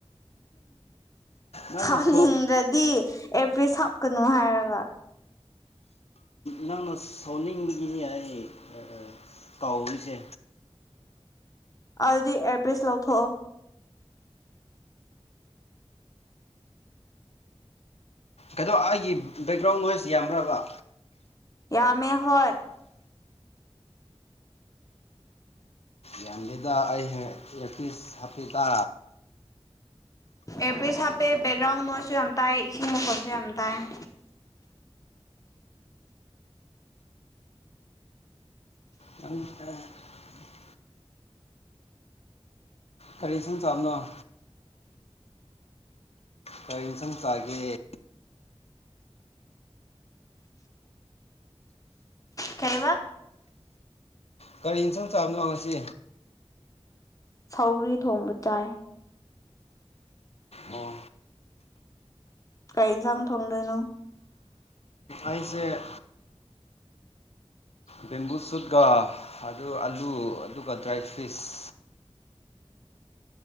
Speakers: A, on the left (about 75°); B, on the left (about 30°).
A: ꯅꯪꯅ
B: ꯊꯥꯅꯤꯡꯗ꯭ꯔꯗꯤ
A: ꯁꯥꯎ
B: ꯑꯦꯄ꯭ꯔꯤꯍ ꯍꯞꯀꯅꯨ ꯍꯥꯏꯔꯒ
A: ꯅꯪꯅ ꯁꯥꯎꯅꯤꯡꯕꯒꯤꯅꯤ ꯍꯥꯏꯌ‌ꯦ ꯑ‌ꯦ ꯇꯥꯎꯔꯤꯁꯦ
B: ꯑꯗꯨꯗꯤ ꯑꯦꯌ꯭ꫪ ꯄꯤꯁ ꯂꯧꯊꫭꯛꯑꫭ
A: ꯀꯩꯅꯣ ꯑꯩꯒꯤ ꯕꯦꯛꯒ꯭ꯔꯥꯎꯟ ꯅꯣꯏꯁ ꯌꯥꯝꯕ꯭ꯔꯕ
B: ꯌꯥꯝꯃꯦ ꯍꫭꯏ
A: ꯌꯥꯝꯂꯗ ꯑꯩ ꯍ ꯑꯦꯄꯤꯤꯁ ꯍꯥꯄꯤꯗ
B: ꯑꯦꯄ꯭ꯔꯤ ꯍꯥꯞꯄꯦ ꯕꯦꯛꯒ꯭ꯔꯥꯎꯟꯁꯨ ꯌꯥꯝ ꯇꯥꯏ ꯏꯁꯤꯡ ꯃꯈꯣꯟꯁꯨ ꯌꯥꯝ ꯇꯥꯏ <unintelligible>
A: ꯇ <unintelligible> ꯀꯔꯤ ꯁꯝ ꯆꯥꯕꯅꯣ ꯀꯔꯤ ꯏꯟꯁꯥꯡ ꯆꯥꯒꯦ
B: ꯀꯩ ꯋꯥ
A: ꯀꯒꯥꯔꯤ ꯏꯟꯁꯥꯡ ꯆꯥꯕꯅꯣꯉꯁꯤ
B: ꯁꯧꯔꯤ ꯊꯣꯡꯕ ꯆꯥꯏ
A: ꯑꯣ
B: ꯀꯩ ꯆꯥꯡ ꯊꯣꯡꯗꯣꯏꯅꯣ
A: ꯑꯩꯁ‌ꯦ
B: <inaudible>
A: ꯕꯦꯝꯕꯨ ꯁꯨꯠꯀ ꯑꯗꯨ ꯑꯂꯨ ꯑꯗꯨꯒ ꯗ꯭ꯔꯥꯏ ꯐ꯭ꯔꯤꯁ